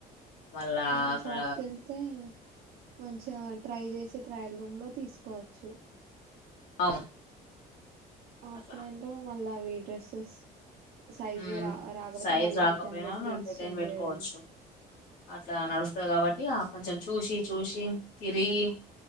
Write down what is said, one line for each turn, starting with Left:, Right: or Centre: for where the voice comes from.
Left: మళ్ళా
Right: మనం
Left: అక్కడ
Right: షాప్ కెళ్తే, మంచిగ ట్రై చేసి ట్రయల్ రూమ్ లో తీసుకోవచ్చు.
Left: అవును
Right: ఆఫ్లైన్
Left: అట్లా
Right: లో మళ్ళా అవి డ్రస్సెస్ సైజు
Left: ఉమ్,
Right: రా రాకపోతే,
Left: సైజ్
Right: మళ్ళా
Left: రాకపోయినా
Right: రిటర్న్ పెట్టి
Left: మనం
Right: ఎక్స్చేంజ్
Left: రిటర్న్ పెట్టుకోవచ్చు
Right: చేయడం.
Left: అట్లా నడుస్తది కాబట్టి, ఆ కొంచెం చూసి చూసి తిరిగి